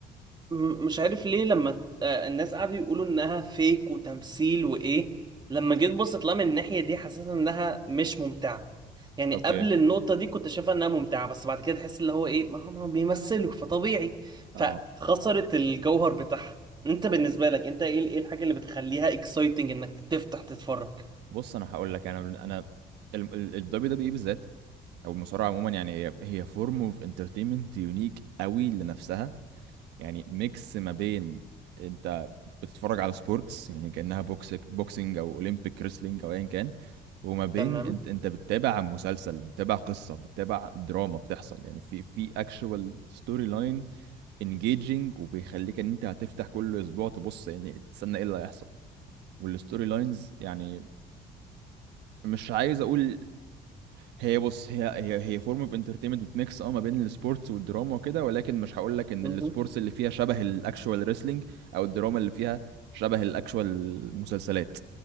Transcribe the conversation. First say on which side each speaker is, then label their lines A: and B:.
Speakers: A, on the right; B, on the right.
A: م- مش عارف ليه لما آه، الناس قعدوا يقولوا انها فيك وتمثيل وايه لما جيت بصيت لها من الناحية دي حسيت انها مش ممتعة يعني
B: اوكي
A: قبل النقطة دي كنت شايفها انها ممتعة بس بعد كده تحس اللي هو ايه ما هم بيمثلوا فطبيعي
B: اه
A: فخسرت الجوهر بتاعها انت بالنسبة لك انت ايه ايه الحاجة اللي بتخليها اكسايتنج انك تفتح تتفرج
B: بص انا هقول لك انا من- انا الدبليو دبليو اي بالذات او المصارعه عموما يعني هي هي فورم اوف انترتينمنت يونيك قوي لنفسها يعني ميكس ما بين انت بتتفرج على سبورتس يعني كأنها بوكس بوكسنج او اولمبيك ريسلينج او ايا كان وما بين
A: تمام
B: انت انت بتتابع مسلسل بتتابع قصة بتتابع دراما بتحصل يعني في في اكشوال ستوري لاين انجيجنج وبيخليك ان انت هتفتح كل اسبوع تبص يعني تستنى ايه اللي هيحصل والستوري لاينز يعني مش عايز اقول هي بص هي هي هي فورم اوف انترتينمنت بتميكس اه ما بين السبورتس والدراما وكده ولكن مش هقول لك ان
A: مهم.
B: السبورتس اللي فيها شبه الاكشوال ريسلينج او الدراما اللي فيها شبه الاكشوال مسلسلات